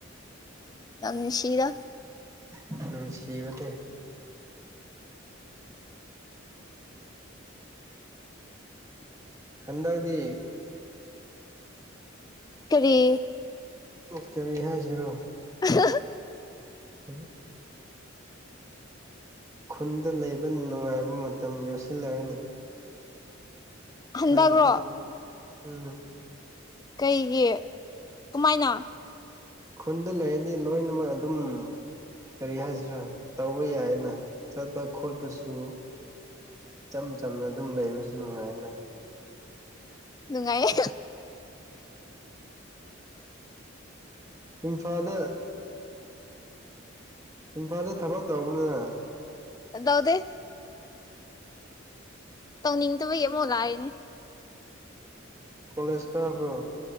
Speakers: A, on the left; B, on the right.
A: ꯌꯥꯝ ꯅꯨꯡꯁꯤꯗ
B: ꯎꯝ ꯅꯨꯡꯁꯤꯕꯅꯦ ꯍꯟꯗꯛꯇꯤ
A: ꯀꯔꯤ
B: ꯑꯣ ꯀꯔꯤ ꯍꯥꯏꯁꯤꯔꯣ
A: <unintelligible>
B: ꯑꯗꯨ ꯈꯨꯟꯗ ꯂꯩꯕ ꯅꯨꯡꯉꯥꯏꯕ ꯃꯇꯝ ꯌꯧꯁꯤꯜꯂꯒꯅꯤ
A: ꯍꯟꯗꯛꯔꯣ
B: ꯍꯥꯏꯕꯗꯤ ꯎꯝ
A: ꯀꯩꯒꯤ ꯀꯃꯥꯏꯅ
B: ꯈꯨꯟꯗ ꯂꯩꯔꯗꯤ ꯂꯣꯏꯅꯃꯛ ꯑꯗꯨꯝ ꯀꯔꯤ ꯍꯥꯏꯁꯤꯔꯥ ꯇꯧꯕ ꯌꯥꯏꯑꯅ ꯆꯠꯄ ꯈꯣꯠꯄꯁꯨ ꯏꯆꯝ ꯆꯝꯅ ꯑꯗꯨꯝ ꯂꯩꯕꯁꯨ ꯅꯨꯡꯉꯥꯏꯅ
A: ꯅꯨꯡꯉꯥꯏꯌꯦ
B: ꯏꯝꯐꯥꯜꯗ ꯏꯝꯐꯥꯜꯗ ꯊꯕꯛ ꯇꯧꯕꯅ
A: ꯇꯧꯗ‌ꯦ ꯇꯧꯅꯤꯡꯗꯕ ꯌꯦꯡꯃꯣ ꯂꯥꯛꯏꯅꯦ
B: ꯀꯣꯂꯦꯖ ꯀꯥꯕ꯭ꯔꯣ